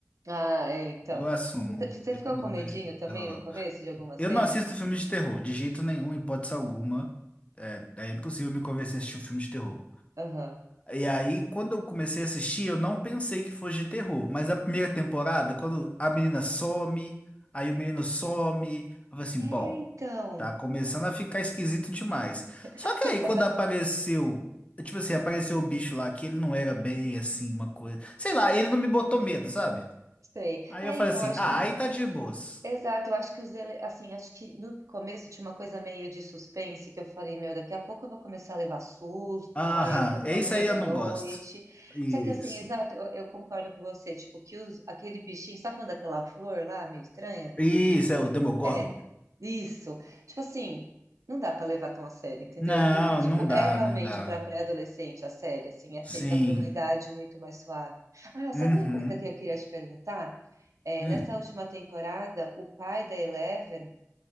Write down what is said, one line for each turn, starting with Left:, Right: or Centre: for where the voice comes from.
Right: Ah, é, então.
Left: Eu assumo.
Right: Você
Left: Eu
Right: ficou
Left: não
Right: com medinho
Left: vejo filme
Right: também
Left: de terror.
Right: no começo de algumas
Left: Eu
Right: cenas?
Left: não assisto filme de terror, de jeito nenhum, hipótese alguma. É, é impossível me convencer a assistir um filme de terror.
Right: Aham.
Left: E aí, quando eu comecei a assistir, eu não pensei que fosse de terror. Mas a primeira temporada, quando a menina some, aí o menino some, eu falei assim,
Right: É,
Left: bom,
Right: então.
Left: tá começando a ficar esquisito demais.
Right: <laughs>
Left: Só que
Right: Exato.
Left: aí, quando apareceu, tipo assim, apareceu o bicho lá, que ele não era bem assim, uma coisa. Sei lá, ele não me botou medo, sabe?
Right: Sei.
Left: Aí
Right: É,
Left: eu falei
Right: então,
Left: assim,
Right: acho
Left: ah,
Right: que
Left: aí tá de boas.
Right: Exato, eu acho que os ele... assim, acho que no começo tinha uma coisa meio de suspense que eu falei, meu, daqui a pouco eu vou começar a levar susto,
Left: Aham,
Right: aí eu vou ficar
Left: é isso
Right: comendo
Left: aí eu
Right: à
Left: não
Right: noite.
Left: gosto. Isso.
Right: Só que assim, exato, eu, eu concordo com você, tipo, que os... aquele bichinho, você tá falando daquela flor lá, meio estranha?
Left: Isso, é o Demogorgon.
Right: É, isso. Tipo assim, não dá pra levar tão a sério, entendeu?
Left: Não,
Right: Porque, tipo,
Left: não dá,
Right: é realmente
Left: não dá.
Right: pra pré-adolescente a série, assim, é
Left: Sim.
Right: feita pra uma idade muito mais suave. Ah, sabe
Left: Uhum.
Right: uma coisa que eu queria te perguntar? É,
Left: Hum.
Right: nessa última temporada, o pai da Eleven